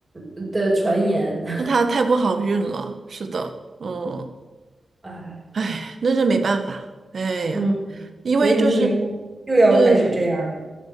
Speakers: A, on the right; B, on the right.
A: 呃的传言，<laughs>
B: 那他太不好运了。是的，嗯，
A: 哎。
B: 哎，那是没办法。哎呀，
A: 嗯，
B: 因为就是，
A: 所以你以后又要开始这样了。
B: 对对对，